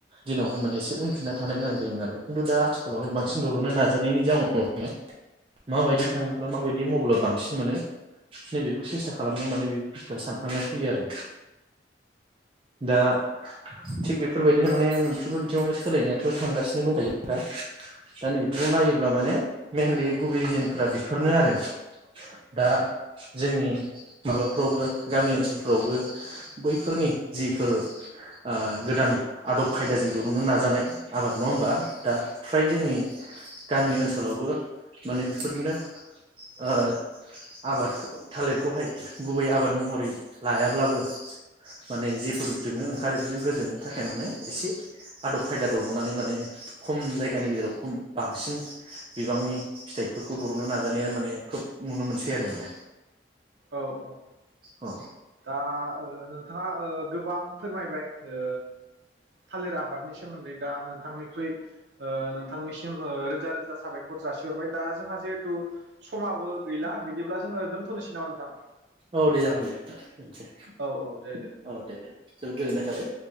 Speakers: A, on the right (about 30°); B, on the right (about 75°).
A: दिनावहाय माने एसे उनफिनना थानो गोनां जायोमोन आरो खिन्थु दा आथिखालावहाय बांसिन दर'नो नाजानायनि जाउनावनो माबायदि थाङोब्ला माबायदि मावब्ला बांसिन मोनो नैबेखौ सेस्था खालामनायाव माने बे बुस्थुआ सान थांनाय फैयो आरो दा थिग बेफोरबायदिनो माने मोनफ्रोमबो बिथिङावनो सोलायनायाथ' थांगासिनो दंखायो दा दा नैखौ नायोब्ला माने मेनलि गुबै रिजोनफ्रा बेफोरनो आरो दा जोंनि माबाफ्रावबो गामि ओनसोलफ्रावबो बैफोरनि जिफोर ओ गोदान आदब खायदाजों दुरुननो नाजानाय आबाद नङा होमबा दा फ्राय जोंनि गामि ओनसोलावबो माने बेफोरदिनो ओ आबादखौ थालिरखौहाय गुबै आबाद महरै लायाब्लाबो माने जेफोर जनो ओंखारो बेफोरजों गोजोननो थाखाय माने एसे आदब खायदा दरननानै माने खम जायगानि गेजेराव खम बांसिन बिबांनि फिथाइफोरखौ दर'नो नाजानाया माने खोब नुनो मोनसै आरो माने
B: औ औ
A: औ
B: दा ओ नोंथाङा ओ गोबां फोरमायबाय ओ थालिर आबादनि सोमोन्दै दा नोंथांनिख्रुइ ओ नोंथांनिसिम ओ रोजा रोजा साबायखर जासिहरबाय दा जोंहा जिहेथु समाबो गैला बिदिब्ला जोङो दोनथ'नोसै नामा नोंथां
A: औ दे जागोन दे दोनसै
B: औ औ दे नोंथां
A: औ दे दे जोबोद गोजोननाय थाबाय